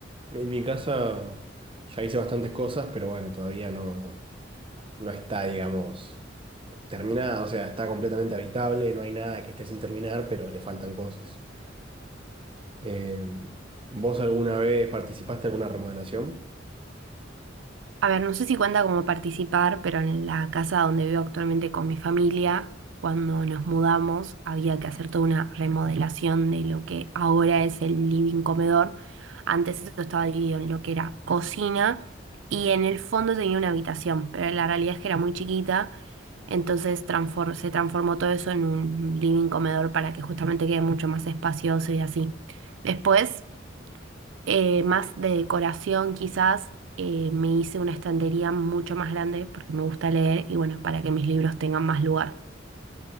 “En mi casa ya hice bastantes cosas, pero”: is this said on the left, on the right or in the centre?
Right